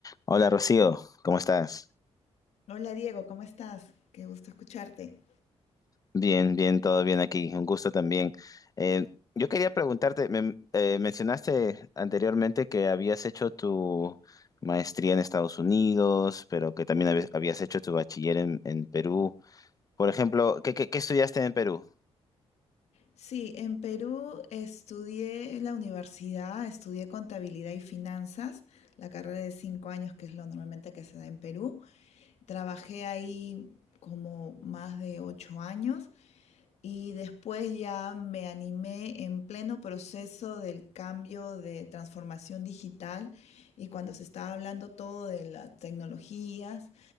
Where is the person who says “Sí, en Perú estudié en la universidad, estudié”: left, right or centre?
Left